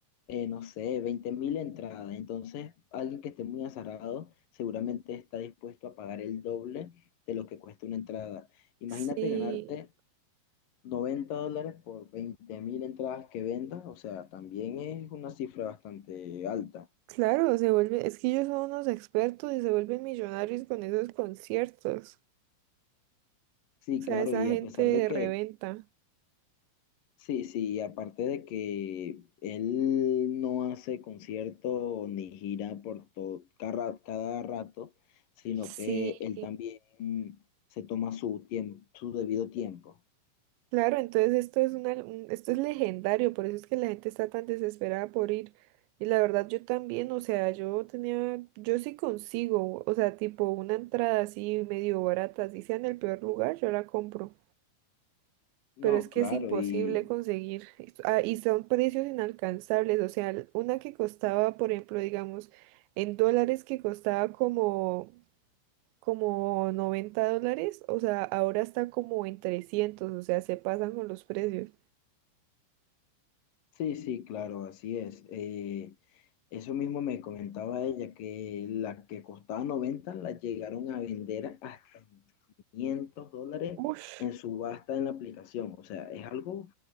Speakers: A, on the left; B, on the right.
A: eh, no sé, 20.000 entradas. Entonces, alguien que esté muy azarrado seguramente está dispuesto a pagar el doble de lo que cuesta una entrada. Imagínate
B: Sí,
A: ganarte 90 dólares por 20.000 entradas que vendas, o sea, también es una cifra bastante alta.
B: claro, se vuelve, es que ellos son unos expertos y se vuelven millonarios con esos conciertos.
A: Sí,
B: O sea,
A: claro,
B: esa
A: y
B: gente
A: a pesar
B: de
A: de que
B: reventa.
A: Sí, sí, y aparte de que él no hace concierto ni gira por todo, cada, cada rato, sino
B: Sí,
A: que él también se toma su tiempo, su debido tiempo.
B: claro, entonces esto es una, un- esto es legendario, por eso es que la gente está tan desesperada por ir. Y la verdad yo también, o sea, yo tenía, yo sí consigo, o sea, tipo una entrada así medio barata, así sea en el peor lugar, yo la compro.
A: No,
B: pero es que
A: claro,
B: es imposible
A: y,
B: conseguir. es- ah, y son precios inalcanzables. O sea, l- una que costaba, por ejemplo, digamos, en dólares que costaba como, como 90 dólares, o sea, ahora está como en trescientos o sea, se pasan con los precios.
A: Sí, sí, claro, así es. Eh, eso mismo me comentaba ella, que la que costaba 90 la llegaron a vender hasta 500 dólares
B: Ush.
A: en subasta en la aplicación. O sea, es algo